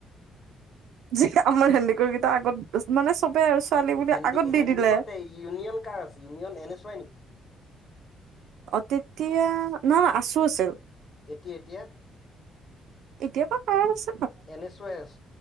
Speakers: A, on the right (about 80°); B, on the left (about 40°).
A: <unintelligible> <unintelligible> <unintelligible> কেইটা আগত মানে চবে আৰু ছোৱালী বুলি
B: হেণ্ডি
A: আগত দি
B: হেণ্ডিকত
A: দিলে
B: ইউনিয়ন কাৰ আছে ইউনিয়ন এনচ ৱাই নেকি।
A: অ, তেতিয়া, নহ আছো আছিল।
B: এতিয়া এতিয়া।
A: এতিয়াৰ পৰা <unintelligible>
B: এনেছুৱাই আছ,